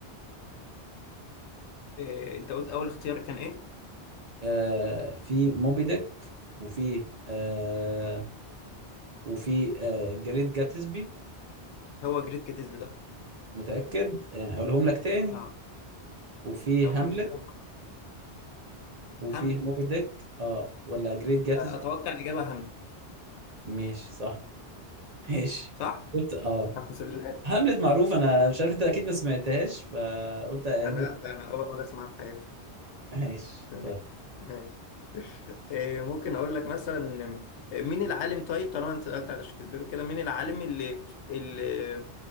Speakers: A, on the left; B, on the right.
A: إيه. أنت قلت أول اختيار كان إيه؟
B: آه في موبي ديك وفي آه وفي آه جريت جاتسبي
A: هو جريت كاتيزب ده
B: متأكد يعني أقولهم لك تاني
A: أه
B: وفي
A: طب
B: هاملت
A: قول كده
B: وفي
A: هاملت
B: موبي ديك اه ولا جريت جاتسبي
A: آه. أتوقع الإجابة هاملت
B: ماشي صح <laughs> ماشي
A: صح؟
B: قلت اه
A: الحمد لله
B: هاملت معروف أنا مش عارف أنت أكيد ما سمعتهاش فقلت أعيد
A: أنا
B: لك
A: أنا أول مرة أسمعها في حياتي
B: <laughs> ماشي
A: تمام
B: طيب
A: ماشي. إيه. ممكن أقول لك مثلا آه، مين العالم طيب طالما أنت سألت على شكسبير وكده مين العالم اللي اللي